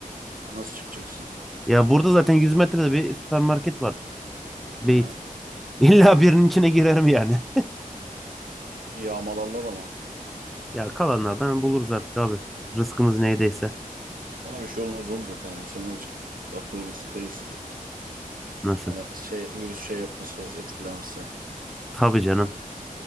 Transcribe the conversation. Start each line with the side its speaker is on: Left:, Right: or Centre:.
Right: Ha, Nasıl çıkacaksın?
Centre: Ya burada zaten 100 metrede bir süpermarket var. Beyt.
Right: Ha,
Centre: <laughs> İlla birinin içine girerim yani. <laughs>
Right: yağmalarlar ama.
Centre: Ya kalanlardan buluruz artık abi. Rızkımız neydeyse.
Right: Sana bir şey olmaz oğlum zaten ya. Sen azıcık akıllısı değilsin zaten.
Centre: Nasıl?
Right: Sana şey virüs şey yapması fazla etkilemez.
Centre: Tabii canım.